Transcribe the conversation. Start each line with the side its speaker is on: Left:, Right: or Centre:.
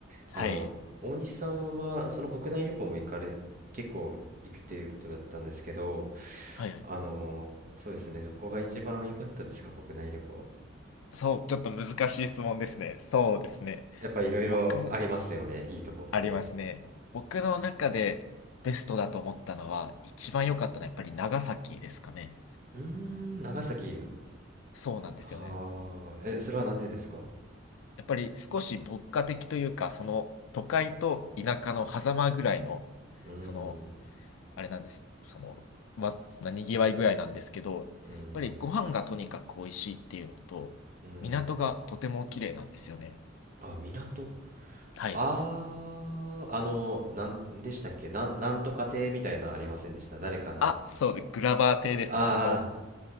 Right: あの、
Left: はい。
Right: 大西さんは、その国内旅行も行かれ、結構行くっていうことだったんですけど、
Left: はいはい。
Right: あの、そうですね、どこが一番良かったですか、国内旅行。
Left: そう、ちょっと難しい質問ですね。そうですね。
Right: やっぱいろいろありますよね、
Left: 僕、
Right: いいとこって。
Left: ありますね。僕の中でベストだと思ったのは、一番良かったのはやっぱり長崎ですかね。
Right: うーん、長崎。い
Left: そうなんですよね。
Right: はあ、え、それはなんでですか
Left: やっぱり少し牧歌的というか、その都会と田舎の狭間ぐらいの、
Right: うーん、
Left: そのあれなんです。その、わ、な、にぎわい具合なんですけど、やっぱりご飯がとにかく美味しいっていうのと、
Right: うん、うん。
Left: 港がとても綺麗なんですよね。
Right: あ、港
Left: はい。
Right: あああの、なんでしたっけなん、なんとか亭みたいなのありませんでした誰かの。
Left: あ、そうで、グラバー邸ですね。
Right: あ
Left: あの、